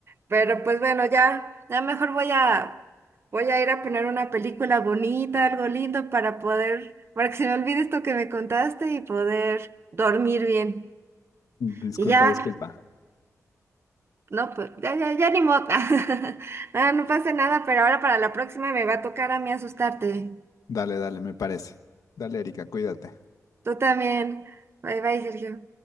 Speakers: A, on the right; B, on the left.
A: Pero pues bueno, ya, ya mejor voy a, voy a ir a poner una película bonita, algo lindo para poder, para que se me olvide esto que me contaste y poder dormir bien.
B: Disculpa,
A: Y ya,
B: disculpa.
A: no, pues ya, ya, ya ni modo. <laughs> Nada, no pasa nada, pero ahora para la próxima me va a tocar a mí asustarte.
B: Dale, dale, me parece. Dale, Erika, cuídate.
A: Tú también. Bye bye, Sergio.